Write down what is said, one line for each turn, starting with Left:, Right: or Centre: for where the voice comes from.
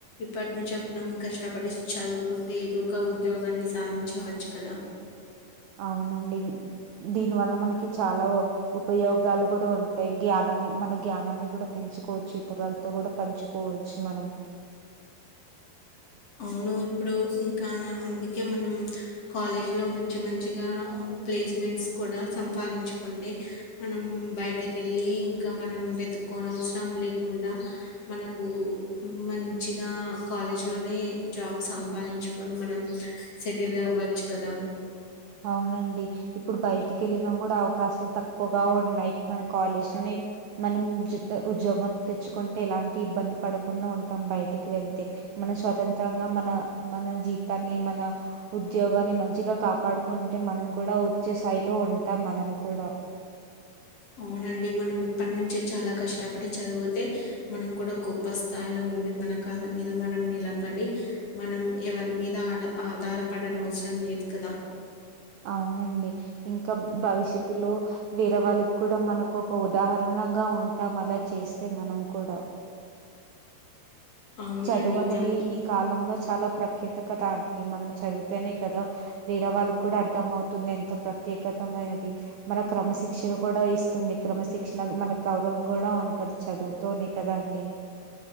Left: ఇప్పటి నుంచే మనం కష్టపడి చదువుకుంటే ఏదో ఒక ఉద్యోగాన్ని సాధించవచ్చు. కదా
Right: అవునండి ఇంగ్ దీని వల్ల మనకి చాలా వో ఉపయోగాలు కూడా ఉంటయ్, జ్ఞాన్నన్ని మన జ్ఞానాన్ని కూడా పెంచుకోవచ్చు. ఇతరలతో కూడా పంచుకోవచ్చు. మనం
Left: అవును ఇప్పుడు ఇంకా అందుకే, మనం కాలేజీ లో మంచి మంచిగా ప్లేస్మెంట్స్ కూడా సంపాదించుకుంటే, మనం బయటకెళ్ళి ఇంక్ రా మనం వెతుక్కోనవసరం లేకుండా మనకూ మంచిగా కాలేజ్ లోనే ఎ జాబ్ సంపాదించుకొని మనం సెటిల్ అవ్వచ్చు కదా
Right: అవునండి ఇప్పుడు బయటికి వెళ్ళినా కూడా అవకాశాలు తక్కువగా ఉన్నాయి. మన కాలేజ్ లోనే మనం <unintelligible> ఉద్జోగ్మంత్ తెచ్చుకుంటే, ఎలాంటి ఇబ్బంది పడకుండా ఉంటాం. బయటికి వెళ్తే మన స్వతంత్రంగా, మన మన జీతాన్ని మన ఉద్యోగాన్ని మంచిగా కాపాడు కొంటెం మనం కూడా వచ్చే స్థాయిలో ఉంటాం. మనం కూడా
Left: అవునండి మనం ఇప్పటి నుంచి చాలా కష్టపడి చదువుతే, మనం కూడా గొప్ప స్థాయిలో ఉండి. మన కాళ్ళ మీద మనం నిలపడి, మనం ఎవరి మీద ఆఢ ఆధారపడనవసరం లేదు. కదా
Right: అవునండి ఇంకా మ్ భవిష్య్ తిత్తిర్లో వేరే వాళ్ళు కూడా మనకు ఒక ఉదాహరణంగా ఉంటాం. మర్లా చేస్తే మనం కూడా
Left: అవునండి
Right: చదువు అనేది
Left: మనం
Right: ఈ కాలంలో చాలా ప్రఖ్యాత్ కదా అండి మనం చదివితేనే కదా వేరే వాళ్ళు కూడా అర్థం అవుతుంది ఎంత ప్రత్యేకతమైనది మన క్రమశిక్షణ కూడా ఇస్తుంది క్రమశిక్షణ మనకు గౌరవం కూడా ఉంటది చదువుతోనే కదా అండి